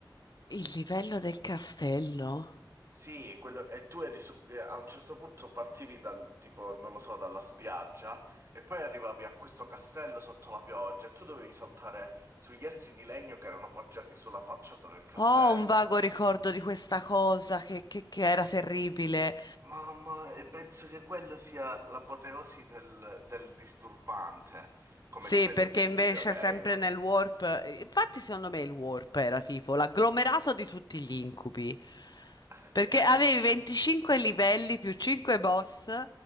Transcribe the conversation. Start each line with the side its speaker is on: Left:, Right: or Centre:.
Left: Il livello del castello?
Right: Sì, quello, e tu eri su, eh, a un certo punto partivi dal tipo, non lo so, dalla spiaggia e poi arrivavi a questo castello sotto la pioggia e tu dovevi saltare sugli essi di legno che erano appoggiati sulla facciata del castello.
Left: Ho un vago ricordo di questa cosa che, che- che era terribile.
Right: Mamma, e penso che quello sia l'apoteosi del, del disturbante come
Left: Sì,
Right: livello
Left: perché
Right: di un
Left: invece
Right: videogame.
Left: sempre nel warp, eh, infatti secondo me il warp era tipo l'agglomerato di tutti gli incubi,
Right: <laughs>
Left: perché avevi 25 livelli più 5 boss,